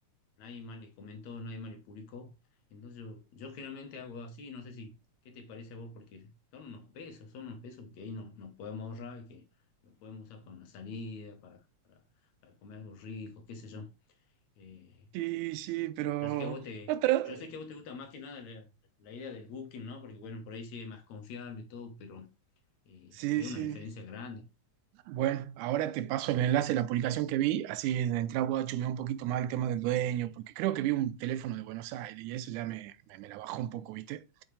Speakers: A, on the left; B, on the right.
A: nadie más le comentó, nadie más le publicó. Entonces yo, yo generalmente hago así, no sé si, ¿qué te parece a vos? Porque son unos pesos, son unos pesos que ahí nos, nos podemos ahorrar y que los podemos usar para una salida, para, para, para comer algo rico, qué sé yo. Eh,
B: Sí, sí, pero...
A: yo sé que a vos te,
B: Otra...
A: yo sé que a vos te gusta más que nada la, la idea del booking, ¿no? Porque bueno, por ahí sí es más confiable y todo, pero eh,
B: Sí,
A: es
B: sí.
A: una diferencia grande.
B: Bueno, ahora te paso el enlace de la publicación que vi, así de entrada voy a chumear un poquito más el tema del dueño, porque creo que vi un teléfono de Buenos Aires y eso ya me, me, me la bajó un poco, ¿viste?